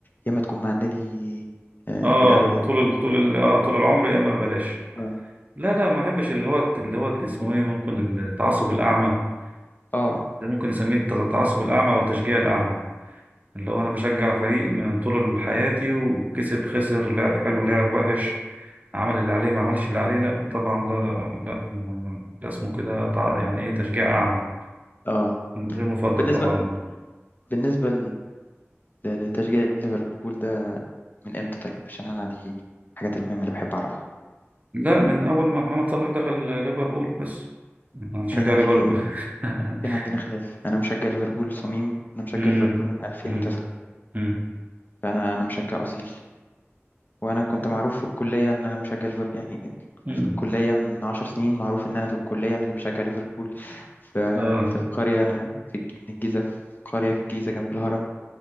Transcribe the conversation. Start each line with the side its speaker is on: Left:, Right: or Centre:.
Left: يا اما تكون مع النادي آه
Right: اه
Left: للابد يا اما
Right: طول
Left: لا
Right: ال... طول
Left: ف-
Right: ال... آه طول العمر يا اما ببلاش
Left: اه
Right: لا لا ما احبش اللي هو اللي هو اسمه ايه ممكن التعصب الأعمى
Left: اه
Right: ده ممكن نسميه التعصب الأعمى وتشجيع الأعمى اللي هو انا بشجع فريق من طول حياتي وكسب خسر لعب حلو لعب وحش عمل اللي عليه ما عملش اللي عليه لا طبعا ده لا ده اسمه كده تع- يعني ايه تشجيع اعمى
Left: آه.
Right: غير مفضل
Left: طب بالنسبه
Right: طبعا
Left: بالنسبه لتشجيع ليفربول ده من امتى طيب عشان انا دي الحاجات المهمة اللي بحب اعرفها
Right: لا من اول ما محمد صلاح دخل ليفربول بس انا بشجع
Left: هنا
Right: ليفربول
Left: في
Right: <laughs>
Left: كان عندنا خلاف انا مشجع ليفربول صميم انا مشجع
Right: امم
Left: ليفربول من 2009
Right: امم امم
Left: فانا انا مشجع اصيل وانا كنت معروف في الكلية ان انا مشجع ليفربول يعني
Right: امم
Left: في الكلية
Right: <laughs>
Left: من 10 سنين معروف ان انا في الكلية انا اللي بشجع ليفربول ف-
Right: اه
Left: في القرية انا في الج- من الجيزة في قرية في الجيزة جنب الهرم